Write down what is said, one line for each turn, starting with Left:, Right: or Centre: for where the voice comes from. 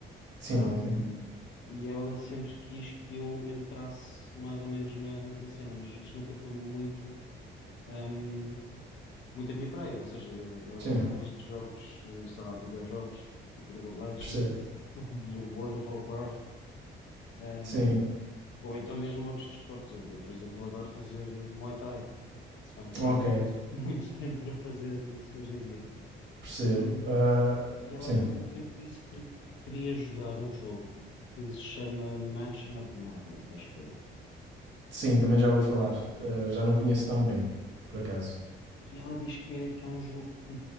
Right: Sim,
Left: Ahm,
Right: sim.
Left: e ela sempre quis que eu entrasse mais ou menos na, na cena, mas isto nunca foi muito, ahm, muito a minha praia. Ou seja, eu, eu
Right: Sim.
Left: era mais de jogos, eh, sei lá, videojogos, tipo League of Legends,
Right: Percebo.
Left: <laughs> World of Warcraft, ahm,
Right: Sim.
Left: ou então mesmo outros desportos. Eu, eu, por exemplo, adoro fazer eh, Muay Thai, se bem que não
Right: Ok.
Left: tenho muito, <laughs> muito tempo para fazer isso hoje em dia.
Right: Percebo.
Left: E,
Right: Ah,
Left: e ela
Right: sim.
Left: há bem pouco tempo disse que queria ajudar um jogo que se chama Mansion of Madness, acho eu.
Right: Sim, também já ouvi falar. Ah, já não conheço tão bem, por acaso.
Left: E ela diz que é, que é um jogo que,